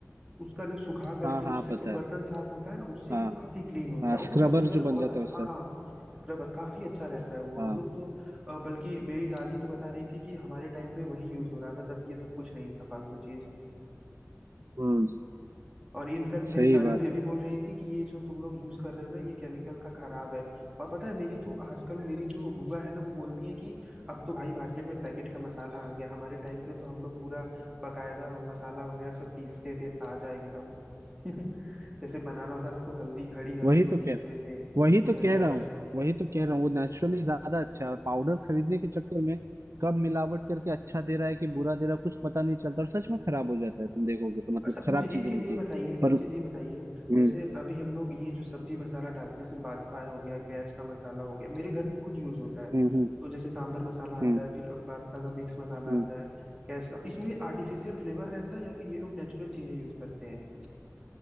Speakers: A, on the right; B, on the right.
A: उसका जब सुखा करके
B: हाँ हाँ
A: उससे
B: पता
A: जब बर्तन
B: है
A: साफ होता है ना उससे
B: हाँ
A: भी काफी क्लीन होता
B: हाँ
A: है और
B: स्क्रबर
A: वो नेचुरल
B: जो बन
A: बहुत
B: जाता
A: अच्छा
B: है उससे
A: हाँ हाँ स्क्रबर काफी अच्छा रहता है वो
B: हाँ
A: हम लोग तो अ, बल्कि मेरी दादी तो बता रही थी कि हमारे टाइम पे वही यूज हो रहा था तब ये सब कुछ नहीं था फालतू चीज
B: हम्म
A: और इनफैक्ट मेरी
B: सही
A: दादी
B: बात
A: तो ये भी
B: है
A: बोल रही थी कि ये जो तुम लोग यूज कर रहे हो ना ये केमिकल का खराब है और पता है मेरी तो आजकल मेरी जो बुआ है ना वो बोलती है कि अब तो भाई मार्केट में पैकेट का मसाला आ गया हमारे टाइम पे तो हम लोग पूरा बकायदा मसाला वगैरह सब पीसते थे ताजा एकदम <laughs> जैसे बनाना होता था तो हल्दी खड़ी हल्दी
B: वही
A: को
B: तो कहता
A: पीसते थे फिर
B: वही तो
A: धनिया
B: कह रहा
A: लहसुन
B: हूँ वही तो कह रहा हूँ वो नेचुरली ज्यादा अच्छा है और पाउडर खरीदने के चक्कर में कब मिलावट करके अच्छा दे रहा है कि बुरा दे रहा है कुछ पता नहीं चलता और सच में खराब हो जाता है तुम देखोगे तो मतलब
A: अच्छा
B: खराब
A: मुझे
B: चीजें
A: एक चीज
B: मिलती
A: ये
B: है
A: बताइए
B: पर
A: एक चीज ये बताइए
B: हम्म
A: जैसे अभी हम लोग ये जो सब्जी मसाला डालते हैं जैसे बादशाह हो गया कैच का मसाला हो गया मेरे घर में खुद यूज होता है
B: हम्म हम्म
A: तो जैसे सांबर मसाला आता
B: हम्म
A: है फिर बादशाह का मिक्स मसाला
B: हम्म।
A: आता है कैच का अब इसमें आर्टिफिशियल फ्लेवर रहता है या फिर ये लोग नेचुरल चीजें यूज करते हैं